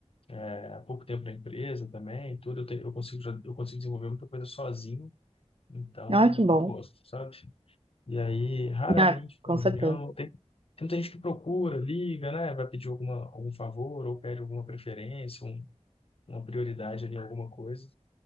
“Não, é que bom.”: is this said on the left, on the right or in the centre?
Right